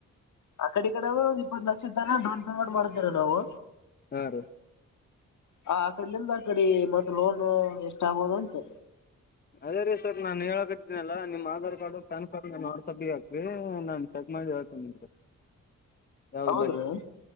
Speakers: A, on the left; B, on the left.
A: ಆ ಕಡೆ ಈ ಕಡೆ ಆದ್ರೆ ಒಂದು ಇಪ್ಪತ್ ಲಕ್ಷ. <unintelligible> ಪೇಮೆಂಟ್ ಮಾಡ್ವಿ ನಾವು.
B: ಹಾ ರ.
A: ಆ ಆ ಕಡ್ಲಿಂದ ಆಕಡಿ ಮತ್ತ ಲೋನ್ ಎಷ್ಟ ಆಗೋದಂತೆ.
B: ಅದೇ ರೀ ಸರ್ ನಾನ್ ಹೇಳಕತಿನನಲ್ಲಾ ನಿಮ್ ಆಧಾರ್ ಕಾರ್ಡ್ ಪ್ಯಾನ್ ಕಾರ್ಡ್ ನ ನಡ್ ಸಿ ಹಾಕ್ರೀ ನಾನ್ ಸ. ಹ ಚೆಕ್ ಮಾಡಿ ಹೇಳ್ತೀನಿ ನಿಮಗ. <unintelligible>
A: ಹೌದ್ರಿ